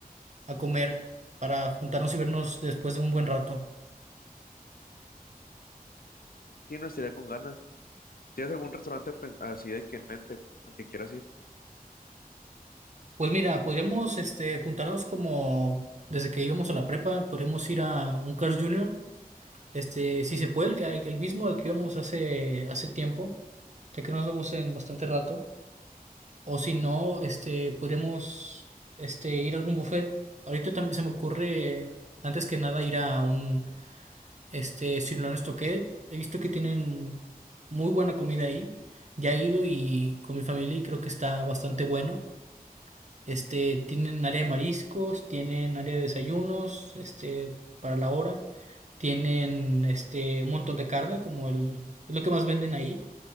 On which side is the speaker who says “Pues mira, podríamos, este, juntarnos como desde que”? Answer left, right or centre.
Right